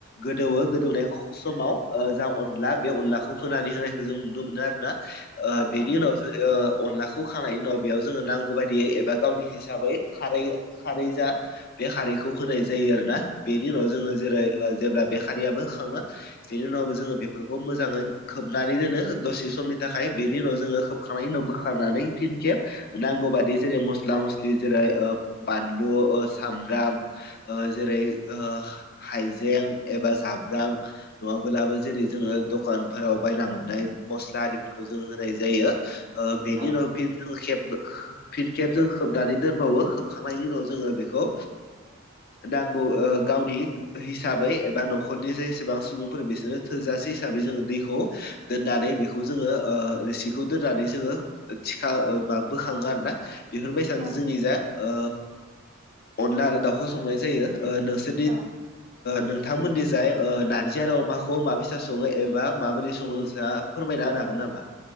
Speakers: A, on the left; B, on the right.
A: गोदौवो गोदौनाय ख समाव जा अनला बे अनलाखौ होनानै होनायखौ जों नुनो मोनो आरो ना। ओ
B: औ
A: बेनि उनाव जेरै ओ अनलाखो खौ होखांनायनायनि उनाव बेयाव जोङो नांगौ बायदियै एबा गावनि हिसाबै खारै खारै जा बे खारैखौ होनाय जायो आरोना बेनि उनाव जोङो जेरै जेब्ला बे खारियाबो होखाङो। बेनि उनावबो जोङो बेफोरखौ मोजाङै खोबनानै दोनो दसे समनि थाखाय बेनि उनाव जोङो खोब खांनायनि उनाव बोखारनानै फिन खेब। नांगौ बादि जेरै मस्ला मस्लि जेरै ओ बानलु ओ सामब्राम। ओ जेरै ओ हाइजें एबा जाब्रां नङाबोलाबो जेरै जोङो दखानफोराव बायना मोननाय मस्ला आरिफोरखौ जों होनाय जायो ओ बेनि
B: औ
A: उनाव बे खेब फिन केेब जों खोबनानै दोनबावो खोबखांनायनि उनाव जोङो ओ बेखौ नांगौ गावनि हिसाबै एबा न'खरनि जेसेबां सुबुंफोर बिसोरनो थोजासे हिसाबै जोङो दैखौ दोननानै बेखौ जोङो ओ रोसिखौ दोननानै जोङो थिखा बा बोखाङो आरोना बेफोरबायसानो
B: औ
A: जोंनि जा ओ अनला आरो दाउखौ संनाय जायो ओ <unintelligible>
B: औ
A: नोंथांमोननि जाय ओ नारजि आरो अमाखौ माबैसा सङो एबा माबोरै सङो नोंसा फोरमायना होनो हागोन नामा?